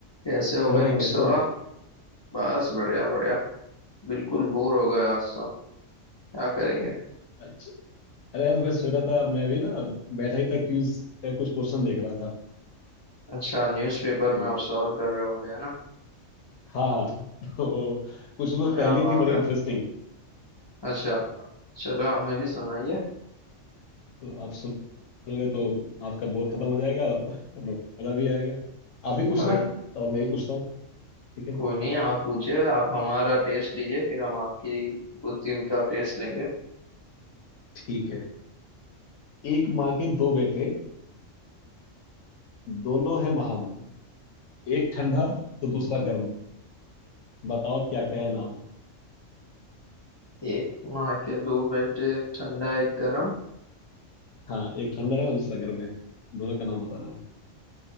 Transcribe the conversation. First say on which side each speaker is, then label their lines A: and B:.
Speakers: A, on the left; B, on the left.
A: कैसे हो
B: हेलो
A: भाई
B: भाई
A: मुस्तफा
B: कैसे हो आप
A: बस बढ़िया बढ़िया बिल्कुल बोर हो गए आज तो हम क्या करेंगे
B: अच्छा अरे यार तो मैं सोच रहा था मैं भी ना बैठा ही था क्यूज का कुछ क्वेश्चन देख रहा था
A: अच्छा न्यूज़पेपर
B: तो
A: में आप सॉल्व कर रहे होंगे है ना
B: हाँ हाँ तो कुछ उसमें
A: क्या
B: पहेली
A: बात
B: थी बड़ी
A: है
B: इंटरेस्टिंग
A: अच्छा चलो हमें भी सुनाइए
B: तो आप सुनोगे तो आपका बोर खत्म हो जाएगा और मजा भी आएगा आप भी पूछना
A: अरे
B: और मैं ही पूछता हूँ ठीक है
A: कोई नहीं आप पूछिए आप हमारा टेस्ट लीजिए फिर हम आपकी बुद्धि का टेस्ट लेंगे
B: ठीक है एक माँ के दो बेटे दोनों हैं महान एक ठंडा तो दूसरा गर्म बताओ क्या क्या है नाम
A: एक माँ के दो बेटे एक ठंडा एक गरम
B: हाँ एक ठंडा है और दूसरा गर्म है दोनों का नाम बताना है